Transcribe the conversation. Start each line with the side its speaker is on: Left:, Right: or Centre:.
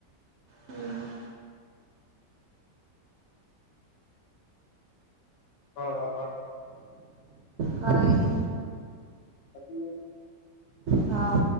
Right: હમ્મ.
Left: બરોબર.
Right: કઈ નહિ.
Left: પતિ એ
Right: હા